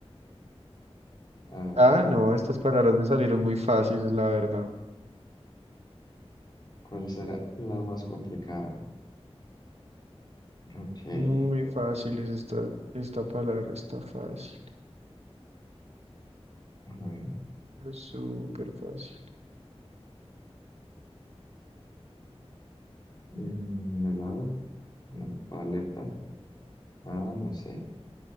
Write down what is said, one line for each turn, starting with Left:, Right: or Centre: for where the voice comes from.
Left: a ver,
Right: Ah, no, estas palabras me salieron muy fáciles, la verdad.
Left: ¿cuál será la más complicada? Ok, a
Right: Muy fáciles esta, esta palabra, está fácil.
Left: ver,
Right: Es súper fácil.
Left: mm, un helado, una paleta, ah, no sé.